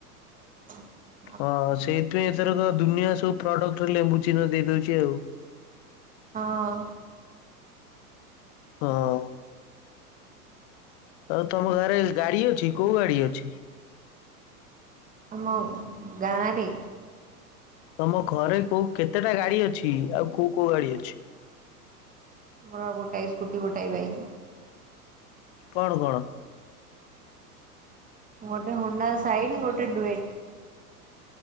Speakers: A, on the right; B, on the left.
A: <inaudible>
B: ହ ସେଇଥିପାଇଁ ଏଥର ଦୁନିଆ ସବୁ ପ୍ରଡକ୍ଟରେ ଲେମ୍ବୁ ଚିହ୍ନ ଦେଇ ଦଉଚି ଆଉ
A: ହଁ
B: ହଁ ଆଉ ତମ ଗାଁରେ ଗାଡି ଅଛି କୋଉ ଗାଡି ଅଛି?
A: ଆମ ଗାଁଆରେ
B: ତମ ଘରେ କୋଉ କେତେଟା ଗାଡି ଅଛି, ଆଉ କୋଉ କୋଉ ଗାଡି ଅଛି?
A: ମର ଗୋଟାଏ ସ୍କୁଟି ଗୋଟାଏ ବାଇକ୍।
B: କଣ କଣ?
A: ଗୋଟେ ହୁଣ୍ଡା ସାଇନ୍, ଗୋଟେ ଡୁଏଟ୍